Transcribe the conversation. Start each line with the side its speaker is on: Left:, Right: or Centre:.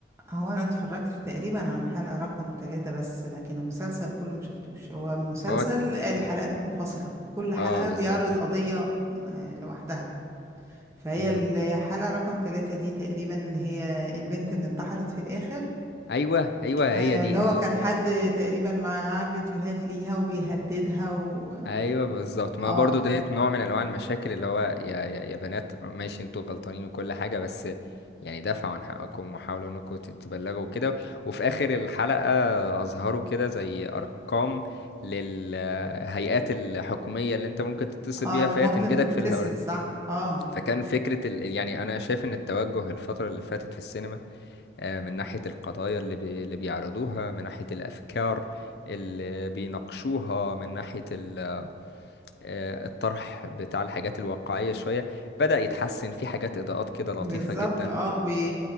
Right: هو انا اتفرجت تقريبا عن حلقة رقم ثلاثة بس لكن المسلسل كله مشفتوش هو مسلسل
Left: هو
Right: الحلقات منفصلة كل حلقة
Left: اه بالظبط
Right: بيعرض قضية آه، لوحدها فهي
Left: مم.
Right: الحلقة رقم ثلاثة دي تقريبا اللي هي البنت اللي انتحرت في الآخر
Left: ايوه ايوه
Right: أيوة
Left: هي دي
Right: اللي هو كان حد تقريبا معاه فيديوهات ليها وبيهددها و...
Left: ايوه بالظبط
Right: اه
Left: ما برضو ديت نوع من انواع المشاكل اللي هو يا يا, يا بنات ماشي انتوا غلطانين وكل حاجه بس يعني دافعوا عن حقكم وحاولوا انكم تتبلغوا كده وفي اخر الحلقه اظهروا كده زي ارقام للهيئات الحكوميه اللي انت ممكن تتصل
Right: اه
Left: بيها
Right: اللي
Left: فهي
Right: ممكن
Left: تنجدك
Right: تتصل
Left: في الحوار
Right: صح اه
Left: فكان فكره ال... يعني انا شايف ان التوجه الفتره اللي فاتت في السينما آه، من ناحيه القضايا اللي, بي... اللي بيعرضوها من ناحيه الافكار اللي بيناقشوها من ناحيه ال... آه، الطرح بتاع الحاجات الواقعية شوية بدأ يتحسن في حاجات إضاءات كده لطيفة
Right: بالظبط
Left: جدا
Right: اه بي